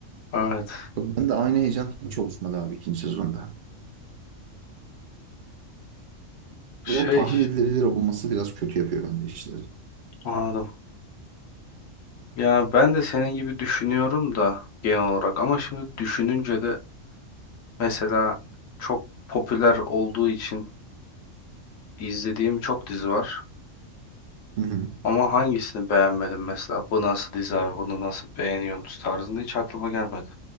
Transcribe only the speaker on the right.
Bak Ben de aynı heyecan hiç oluşmadı abi ikinci sezonda.
O tahmin edilebilir olması biraz kötü yapıyor bence işleri.
Hı hı.